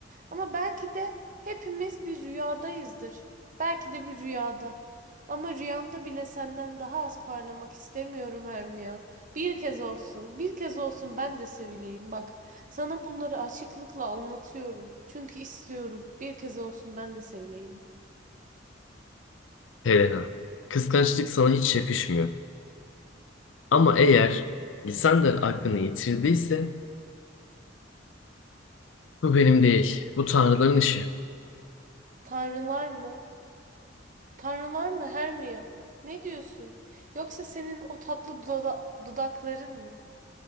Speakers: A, on the right; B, on the left.
A: Ama belki de hepimiz bir rüyadayızdır. Belki de bir rüyada. Ama rüyanda bile senden daha az parlamak istemiyorum Hermia. ya. Bir kez olsun, bir kez olsun ben de sevileyim. Bak, sana bunları açıklıkla anlatıyorum. Çünkü istiyorum. Bir kez olsun ben de sevileyim.
B: Helena? Kıskançlık sana hiç yakışmıyor. Ama eğer Lisander aklını yitirdiyse bu benim değil, bu tanrıların işi
A: Tanrılar mı? Tanrılar mı Hermia? Ne diyorsun? Yoksa senin o tatlı duda- dudakların mı?